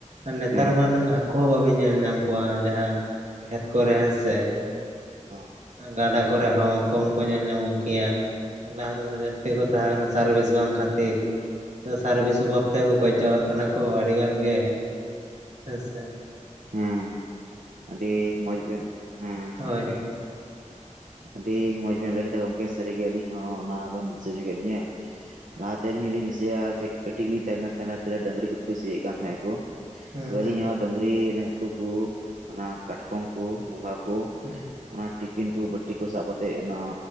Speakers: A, on the right; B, on the right.
A: ᱟᱨ ᱱᱮᱛᱟᱨ
B: ᱦᱮᱸ
A: ᱢᱟ ᱩᱱᱟᱹᱜ ᱦᱟᱹᱠᱩ ᱦᱚᱸ ᱵᱟᱹᱵᱤᱱ ᱧᱮᱞ ᱧᱟᱢ ᱠᱚᱣᱟ ᱡᱟᱦᱟᱸ ᱠᱷᱮᱛ ᱠᱚᱨᱮ ᱦᱮᱸᱥᱮ ᱾
B: ᱦᱮᱸ
A: ᱜᱟᱰᱟ ᱠᱚᱨᱮ ᱦᱚᱸ ᱠᱚᱢ ᱠᱚ ᱧᱮᱞ ᱧᱟᱢᱚᱜ ᱜᱮᱭᱟ ᱾ ᱠᱮᱭᱟ ᱞᱟᱦᱟ ᱛᱮᱫᱚ ᱡᱟᱹᱥᱛᱤ ᱠᱚ ᱛᱟᱦᱮᱸ ᱠᱟᱱᱟ ᱥᱟᱨᱵᱷᱤᱥ ᱵᱟᱝ ᱠᱷᱟᱹᱛᱤᱨ ᱾ ᱥᱟᱨᱵᱷᱤᱥ ᱚᱵᱷᱟᱵ ᱛᱮᱠᱚ ᱜᱚᱡ ᱪᱟᱵᱟᱜ ᱠᱟᱱᱟ ᱠᱚ ᱟᱹᱰᱤ ᱜᱟᱱ ᱜᱮ ᱾ ᱦᱮᱸ ᱥᱮ
B: ᱦᱮᱸ ᱟᱹᱰᱤ ᱢᱚᱡᱽ ᱵᱮᱱ ᱦᱮᱸ
A: ᱦᱳᱭ
B: ᱜᱚᱢᱠᱮ
A: ᱦᱳᱭ
B: ᱟᱹᱰᱤ ᱢᱚᱸᱡᱽ ᱵᱮᱱ ᱞᱟᱹᱭ ᱠᱮᱫᱟ ᱜᱚᱢᱠᱮ ᱥᱟᱹᱨᱤᱜᱮ ᱟᱹᱞᱤᱧ ᱦᱚᱸ ᱚᱱᱟ ᱵᱮᱱ ᱫᱤᱥᱟᱹ ᱦᱚᱪᱚ ᱠᱮᱫ ᱞᱤᱧᱟ ᱾
A: ᱦᱮᱸ
B: ᱞᱟᱦᱟ ᱛᱮ ᱟᱹᱞᱤᱧ ᱞᱤᱧ ᱫᱤᱥᱟᱹᱭᱟ ᱡᱮ ᱠᱟᱹᱴᱤᱡ ᱞᱤᱧ ᱛᱟᱦᱮᱸ ᱠᱟᱱᱟ ᱛᱟᱦᱮᱸᱱᱟ ᱛᱤᱱᱟᱹᱜ ᱰᱟᱝᱨᱤ ᱠᱚᱫᱚ ᱠᱩ ᱥᱤᱭᱮᱫ ᱠᱟᱱ ᱛᱟᱦᱮᱸ ᱠᱚ ᱾
A: ᱦᱮᱸ
B: ᱛᱚᱵᱮ
A: ᱦᱮᱸ
B: ᱟᱹᱞᱤᱧ ᱦᱚᱸ ᱰᱟᱹᱝᱨᱤ ᱦᱟᱹᱠᱩ ᱠᱩ ᱚᱱᱟ ᱠᱟᱴᱠᱚᱢ ᱠᱚ ᱵᱚᱸᱜᱟ
A: ᱦᱮᱸ
B: ᱚᱱᱟ ᱴᱤᱯᱷᱤᱱ ᱠᱚ ᱵᱴᱤᱠᱩ ᱥᱟᱵ ᱠᱟᱛᱮᱮᱫ ᱚᱱᱟ